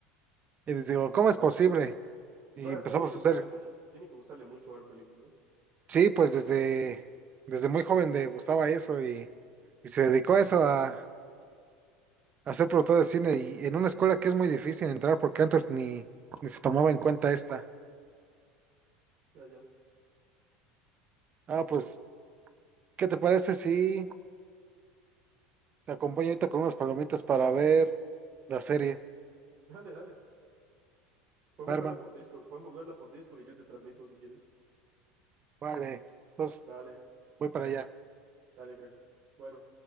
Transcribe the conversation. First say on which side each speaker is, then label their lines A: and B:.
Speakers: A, on the right; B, on the right.
A: Y les digo,
B: imagínate.
A: ¿cómo es posible? Y
B: Va a
A: empezamos
B: ver, tiene que gustarle
A: a hacer
B: mucho, tiene que gustarle mucho ver películas.
A: Sí, pues desde, desde muy joven le gustaba eso y, y se dedicó a eso, a, a ser productor de cine y en una escuela que es muy difícil entrar porque antes ni, ni se tomaba en cuenta esta.
B: Ya, ya.
A: Ah, pues, ¿qué te parece si te acompaño ahorita con unas palomitas para ver la serie?
B: Dale, dale. Podemos
A: Barman,
B: verla por Discord, podemos verla por Discord y yo te transmito si quieres.
A: vale, entonces
B: Dale,
A: voy para allá.
B: dale, crack. Bueno.